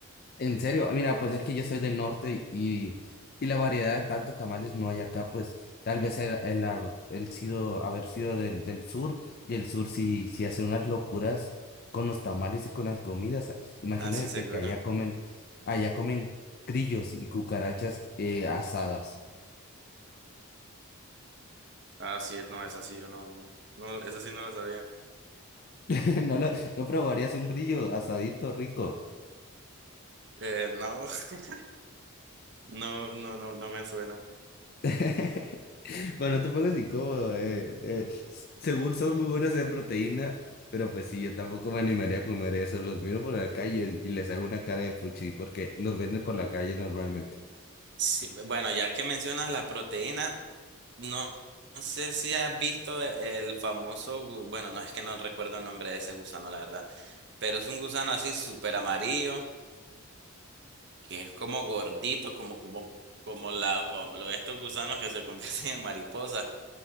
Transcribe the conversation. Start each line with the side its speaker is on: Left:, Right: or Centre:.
Left: En serio, mira, pues es que yo soy del norte y, y, y la variedad de tantos tamales no hay acá, pues tal vez el, el, hab- el sido, haber sido del, del sur, y el sur sí, sí hace unas locuras con los tamales y con las comidas. Imagínate
Right: Ah, sí, seguro.
Left: que allá comen, allá comen grillos y cucarachas eh, asadas.
Right: Ah, sí, no, eso sí, yo no, no. No, eso sí no lo sabía.
Left: <laughs> No lo, no probarías un grillo asadito rico.
Right: Eh, no, <laughs> no, no, no, no me suena.
Left: <laughs> Bueno, no te pongas incómodo. eh, eh, s- Según son muy buenas de proteína, pero pues sí, yo tampoco me animaría a comer eso. Los miro por la calle y les hago una cara de fuchi porque los venden por la calle normalmente.
Right: Sí, pe- bueno, ya que mencionas la proteína, no, no sé si has visto e- el famoso, gu- bueno, no es que no recuerdo el nombre de ese gusano, la verdad, pero es un gusano así súper amarillo, que es como gordito, como, como, como la, como lo- estos gusanos que se <laughs> convierten en mariposas.